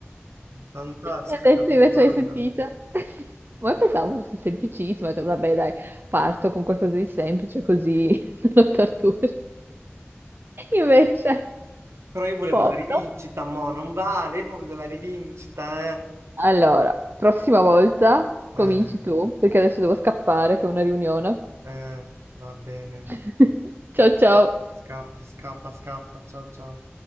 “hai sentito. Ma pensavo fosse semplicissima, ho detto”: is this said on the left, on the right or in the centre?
Right